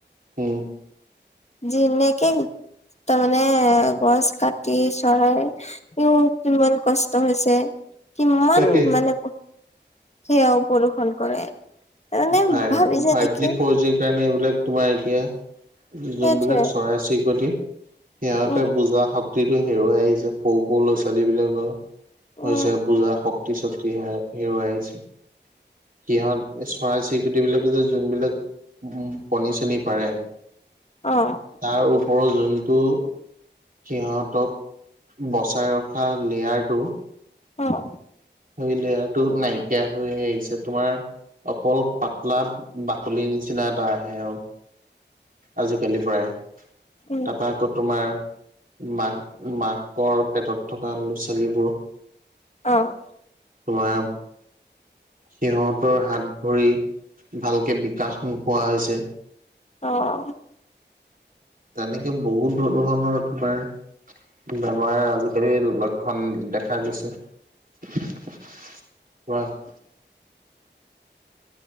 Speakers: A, on the right (about 50°); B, on the left (about 35°).
A: উম।
B: <unintelligible> তাৰমানে, গছ কাটি, চৰাই <unintelligible> কিমান কষ্ট হৈছে কিমান
A: তাকে
B: মানে, সেয়াও প্ৰদূৰ্ষণ কৰে। মানে
A: ফাইভ-ফাইভ
B: ভাবিছে নেকি
A: জি, ফ'ৰ জি সেইকাৰণে এইবিলাক, তোমাৰ এতিয়া,
B: সেইটোৱে
A: যোনবিলাক চৰাই-চিৰিকটি সিহঁতে
B: উম
A: বুজা শক্তিটো হেৰুৱাই আহিছে, সৰু-সৰু ল'ৰা-ছোৱালীবিলাকৰ
B: উম
A: হৈছে, বুজা শক্তি-চক্তি হেৰুৱাই আহিছে, সিহঁত চৰাই-চিৰিকটিবিলাকে যে, যোনবিলাক উ, কণী-চণী পাৰে
B: অ'।
A: তাৰ ওপৰত, যোনটো সিহঁতক বচাই ৰখা লেয়াৰটো
B: অ'।
A: সেই, লেয়াৰটো নাইকিয়া হৈ আহিছে, তোমাৰ অকল, পাতলা বাকলিৰ নিচিনা, এটা আহে আৰু। আজিকালিৰ প্ৰায়,
B: উম
A: তাৰপৰা আকৌ, তোমাৰ মাক-মাকৰ পেটত থকা ল'ৰা-ছোৱালীবোৰ।
B: অ'।
A: <unintelligible> সিহঁতৰ হাত-ভৰি, ভালকে বিকাশ নোহোৱা হৈছে
B: অ'।
A: তেনেকে, বহুত ধৰণৰ, তোমাৰ বেমাৰৰ, আজিকালি, লক্ষণ দেখা দিছে। <unintelligible>